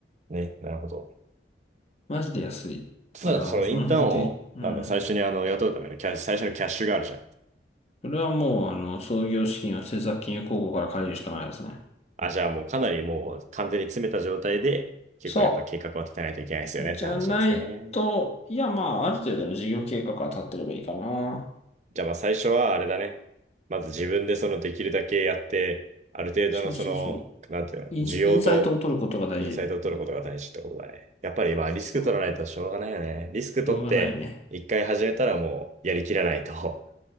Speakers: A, on the right; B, on the left.
A: な。ね、なるほど。
B: マジで安い。
A: ただ、
B: だからその辺で、
A: そのインターンを、
B: うん。
A: なんだ、最初にあの、雇うためのキャッシュ、最初のキャッシュがあるじゃん。
B: それはもうあの創業資金を政策金融公庫から借りるしかないですね。
A: あ、じゃあもうかなりもう完全に詰めた状態で、結構やっぱ計画は立てないといけないですよねって話なんですね。
B: そう。じゃないと、いやまあある程度の事業計画が立ってればいいかな。
A: じゃあまあ最初はあれだね。まず自分でそのできるだけやって、ある程度のその、
B: そうそうそう。
A: なんていうの、
B: イン、
A: 需要と
B: インサイトを取ることが大事。
A: インサイトを取ることが大事ってことだね。やっぱり今リスク取らないとしょうがないよね。
B: そう。
A: リスク取って一回始めたらもうやりきらないと。
B: 動画ないね。